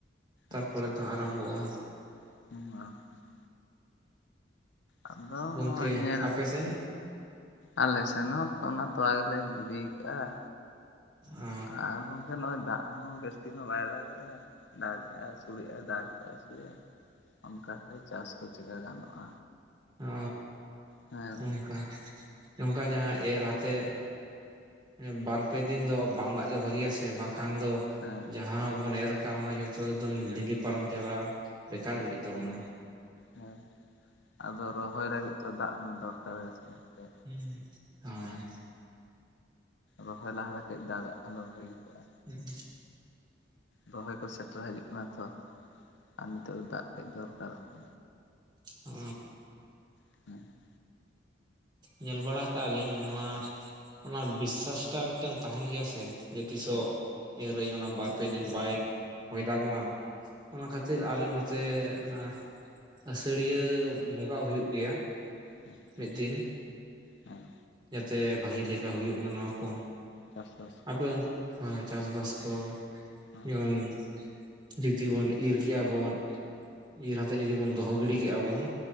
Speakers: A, on the right (about 25°); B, on the left (about 65°).
A: ᱛᱟᱨᱯᱚᱨᱮ
B: ᱟᱪᱪᱷᱟ
A: ᱛᱚ ᱟᱨᱟᱢᱵᱚᱜ-ᱟ᱾
B: <unintelligible> ᱟᱫᱚ
A: ᱜᱚᱢᱠᱮ
B: ᱱᱚᱣᱟ ᱧᱮᱞ
A: ᱟᱯᱮ ᱥᱮᱱ
B: ᱟᱞᱮ ᱥᱮᱱ ᱦᱚᱸ ᱚᱱᱟ ᱛᱚᱞᱟ ᱜᱮᱞᱮ ᱜᱤᱰᱤ ᱠᱟᱜᱼᱟ᱾
A: ᱚ
B: ᱟᱨ ᱦᱚᱸ ᱮᱠᱷᱟᱱ ᱱᱚᱜᱼᱚᱭ ᱫᱟᱜ ᱦᱚᱸ ᱵᱮᱥ ᱴᱷᱤᱠ ᱦᱚᱸ ᱵᱟᱭ ᱫᱟᱜᱮᱜᱼᱟ ᱾ ᱫᱟᱜᱮᱜᱼᱟᱭ ᱟᱥᱩᱲᱮᱜ-ᱟᱭ ᱫᱟᱜᱮᱜ-ᱟᱭ ᱟᱥᱩᱲᱮᱜ-ᱟᱭ ᱚᱱᱠᱟᱛᱮ ᱪᱟᱥ ᱠᱚ ᱪᱮᱠᱟ ᱜᱟᱱᱚᱜᱼᱟ᱾
A: ᱚᱻ
B: ᱦᱮᱸ
A: ᱱᱚᱝᱠᱟ ᱱᱚᱝᱠᱟ ᱡᱟᱦᱟᱸ ᱮᱨ ᱟᱛᱮᱫ ᱮᱸ ᱵᱟᱨᱯᱮ ᱫᱤᱱ ᱫᱚ ᱵᱟᱝ ᱫᱟᱜ ᱜᱮ ᱵᱷᱟᱹᱜᱤᱭᱟ ᱥᱮ ᱵᱟᱝᱠᱷᱟᱱ ᱫᱚ
B: ᱦᱮᱸ᱾
A: ᱡᱟᱦᱟᱸ ᱵᱚᱱ ᱮᱨ ᱟᱠᱟᱜ ᱚᱱᱟ ᱡᱷᱚᱛᱚ ᱮᱠᱫᱚᱢ ᱞᱤᱸᱜᱤ ᱯᱟᱨᱚᱢ ᱪᱟᱞᱟᱜᱼᱟ ᱵᱮᱠᱟᱨ
B: ᱦᱮᱸ
A: ᱜᱤᱰᱤᱜ ᱛᱟᱵᱚᱱᱟ᱾
B: ᱦᱮᱸ ᱟᱫᱚ ᱨᱚᱦᱚᱭ ᱞᱟᱜᱤᱫ ᱛᱚ ᱫᱟᱜ ᱫᱚ ᱫᱚᱨᱠᱟᱨ ᱜᱮ ᱥᱮ ᱜᱚᱢᱠᱮ᱾
A: ᱦᱩᱸ ᱦᱚᱭ᱾
B: ᱨᱚᱦᱚᱭ ᱞᱟᱦᱟᱨᱮ ᱠᱟᱹᱡ ᱫᱟᱜᱟᱜ ᱠᱷᱟᱱ ᱫᱚ ᱵᱷᱟᱜᱤ ᱠᱚᱜᱼᱟ᱾
A: <unintelligible>
B: ᱨᱚᱦᱚᱭ ᱠᱚ ᱥᱮᱴᱮᱨ ᱦᱤᱡᱩᱜ ᱠᱟᱱᱟ ᱛᱚ ᱟᱨ ᱱᱤᱛᱳᱜ ᱫᱚ ᱫᱟᱜ ᱠᱟᱹᱡ ᱫᱚᱨᱠᱟᱨᱚᱜ <inaudible>
A: ᱚᱻ
B: <unintelligible>
A: ᱧᱮᱞ ᱵᱟᱲᱟ ᱟᱠᱟᱜᱼᱟ ᱞᱤᱧ ᱱᱚᱣᱟ ᱚᱱᱟ ᱵᱤᱥᱥᱟᱥᱴᱟᱜ ᱢᱤᱫᱴᱟᱝ ᱛᱟᱦᱮᱱ ᱜᱮᱭᱟ ᱥᱮ ᱡᱮ ᱛᱤᱥᱚᱜ
B: ᱦᱮᱸ
A: ᱮᱨᱟᱹᱧ ᱚᱱᱟ ᱵᱟᱨ ᱯᱮ ᱫᱤᱱ ᱵᱟᱭ ᱦᱚᱭ ᱫᱟᱜᱽ ᱢᱟ ᱚᱱᱟ ᱠᱷᱟ ᱠᱷᱛᱤᱨ ᱟᱞᱮ ᱱᱚᱛᱮ ᱚᱱᱟ ᱟᱹᱥᱟᱹᱲᱤᱭᱟᱹ ᱵᱚᱸᱜᱟ ᱦᱩᱭᱩᱜ ᱜᱮᱭᱟ᱾
B: ᱦᱮᱸ ᱟᱪᱪᱷᱟ
A: ᱢᱤᱫ ᱫᱤᱱ
B: ᱦᱮᱸ
A: ᱡᱟᱛᱮ ᱵᱷᱟᱜᱮ ᱞᱮᱠᱟ ᱦᱩᱭᱩᱜ ᱢᱟ ᱱᱚᱣᱟ ᱠᱚ᱾
B: ᱪᱟᱥᱵᱟᱥ ᱠᱚ
A: ᱟᱵᱮᱱ ᱦᱳᱭ ᱪᱟᱥᱵᱟᱥ ᱠᱚ
B: ᱦᱮᱸ
A: ᱡᱮᱢᱚᱱ ᱡᱩᱫᱤ ᱵᱚᱱ ᱤᱨ ᱠᱮᱜᱼᱟ ᱵᱚᱱ ᱤᱨ ᱟᱛᱮᱫ ᱡᱩᱫᱤ ᱵᱚᱱ ᱫᱚᱦᱚ ᱜᱤᱲᱤ ᱠᱮᱜᱼᱟ ᱵᱚᱱ